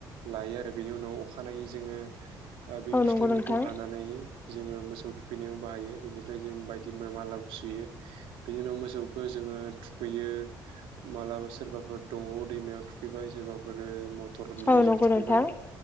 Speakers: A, on the right; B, on the left.
A: लायो आरो बेनि उनाव अखानायै जोङो ओ बे
B: औ नंगौ
A: फिथाइफोरखौ
B: नोंथां
A: हानानै जोङो मोसौ थुखैनायाव बाहायो। बेनिफ्राय जों बायदि मालाबो सुयो बेनि उनाव मोसौखौ जोङो थुखैयो। मालाबा सोरबाफोर दंग' दैमायाव थुखैबाय सोरबाफोर मट टरनि
B: औ
A: दैजों
B: नंगौ
A: थुखैबाय।
B: नोंथां